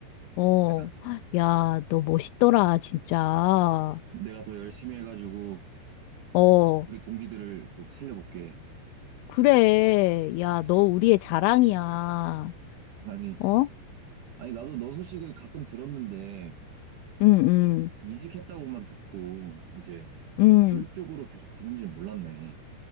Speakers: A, on the left (about 90°); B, on the right (about 80°).
A: 어,
B: 내가
A: 야, 너 멋있더라, 진짜. 어?
B: 내가 더 열심히 해가지고
A: 어,
B: 우리 동기들을 또 살려볼게
A: 그래. 야, 너 우리의 자랑이야.
B: 아니
A: 어?
B: 아니 나도 너 소식을 가끔 들었는데
A: 응, 응,
B: 이직했다고만 듣고 이제
A: 응,
B: 교육 쪽으로 계속 가는지는 몰랐네.